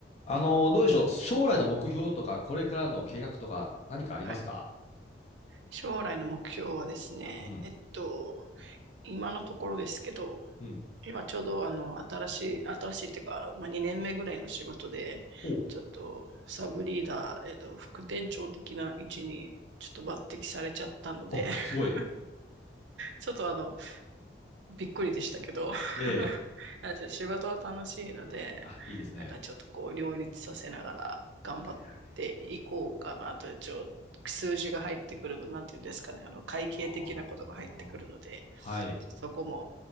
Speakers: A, on the left; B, on the right.
A: あの、どうでしょう。将来の目標とか、これからの計画とか、何かありますか
B: はい。将来の目標はですね、
A: うん。
B: えっと、今のところですけど、
A: うん。
B: 今ちょうどあの、新しい、新しいっていうか、まあ、2年目ぐらいの仕事で、
A: お
B: ちょっとサブリーダー、えっと、副店長的な位置にちょっと抜擢されちゃったので、
A: お、
B: <laughs>
A: すごい。
B: ちょっとあの、びっくりでしたけど。<laughs>
A: ええ。
B: あじゃあ仕事は楽しいので、
A: あ、いいですね。
B: なんかちょっとこう両立させながら頑張っていこうかなと、
A: はいはい。
B: ちょ数字が入ってくると、なんていうんですかね、あの会計的なことが入ってくるので、
A: ああ、はい。
B: ちょっとそこも